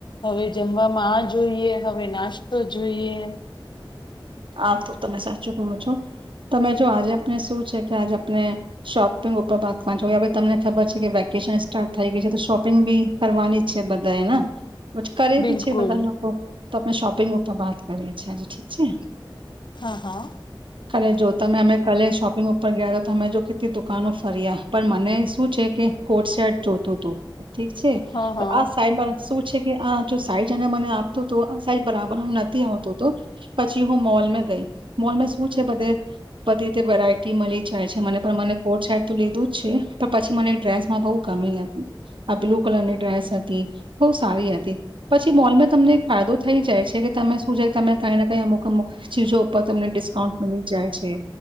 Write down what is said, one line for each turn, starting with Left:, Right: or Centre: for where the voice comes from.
Left: હવે જમવામાં આજ જોઈએ, હવે નાસ્તો જોઈએ.
Right: આ તો તમે સાચું કહો છો. તમે જો આજે આપને શું છે કે આજે આપને શોપિંગ ઉપર બાતવાનું છે કે હવે તમને ખબર છે કે વેકેશન સ્ટાર્ટ થઈ ગઈ છે. તો શોપિંગ બી કરવાની જ છે બધાયને પછી કરે
Left: બિલકુલ
Right: બી છે બધા લોકો તોપે શોપ પિંગ ઉપર બાત કરીએ છીએ આજે ઠીક છે.
Left: હા હા.
Right: કલે જો તમે અમે કાલે શોપિંગ ઉપર ગયાતા તો અમે જો કેટલી દુકાનો ફર્યા પણ મને શું છે કે કોટ શેર્ટ જોતું તું. ઠીક છે.
Left: હા હા
Right: પણ આ સાહેબ મારા શું છે કે આ જો સાઈજ અને મને આપતો તો સાઈબ બરાબર નો નથી આવતો તો પછી હું મોલ મે ગઈ મોલ શું છે બધે બધી રીતે વેરાયટી મળી જાય છે મને મને કોર્ટ સાટ તો લીધું જ છે પણ પછી મને ડ્રેસમાં બહુ ગમી હતી આ બ્લુ કલરની ડ્રેસ હતી બહ સારી હતી પછી મોલમાં તમને એક ફાયદો થઈ જાય છે કે તમે શું જાય તમે કઈ ના કઈ અમુક અમુક ચીજો ઉપર તમને ડિસ્કાઉન્ટ મી જાય છે